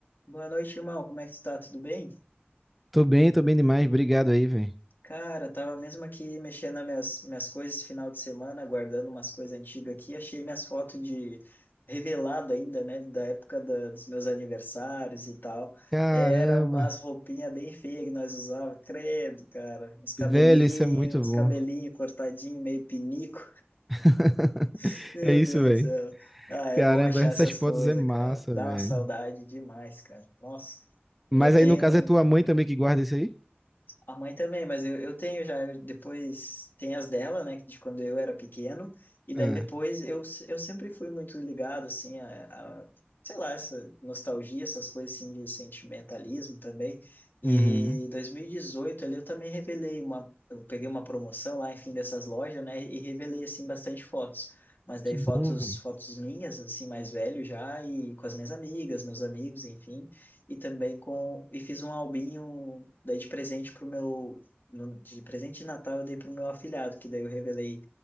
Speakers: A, on the left (about 55°); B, in the centre.
A: Boa noite, irmão. Como é que tu tá? Tudo bem?
B: Tô bem, tô bem demais. Obrigado aí, velho.
A: Cara, tava mesmo aqui mexendo nas minhas, minhas coisas esse final de semana, guardando umas coisas antigas aqui. Achei minhas fotos de revelado ainda, né? Da época da- dos meus aniversários e tal.
B: Caramba.
A: Era umas roupinhas bem feias que nós usávamos, credo, cara. Os cabelinhos,
B: Velho, isso é muito
A: os
B: bom.
A: cabelinhos cortadinho, meio pinico.
B: <laughs>
A: <laughs> Meu
B: É isso,
A: Deus
B: velho.
A: do céu. Ah, é
B: Caramba,
A: bom achar
B: essas
A: essas
B: fotos
A: coisas,
B: é massa,
A: cara. Dá
B: velho.
A: uma saudade demais, cara. Nossa.
B: Mas
A: E eu tenho.
B: aí, no caso, é tua mãe também que guarda isso aí?
A: A mãe também, mas eu, eu tenho já, eu- depois tem as dela, né, de quando eu era pequeno, e daí
B: Ah,
A: depois eu, s- eu sempre fui muito ligado, assim, a, a, sei lá, essa nostalgia, essas coisas assim de sentimentalismo também, e
B: uhum.
A: em 2018 ali eu também revelei uma, eu peguei uma promoção lá, enfim, dessas lojas, né, e revelei, assim, bastante fotos, mas daí
B: Que bom,
A: fotos,
B: velho.
A: fotos minhas, assim, mais velho já, e com as minhas amigas, meus amigos, enfim, e também com. E fiz um albinho, daí de presente pro meu. no- De presente de Natal eu dei pro meu afilhado, que daí eu revelei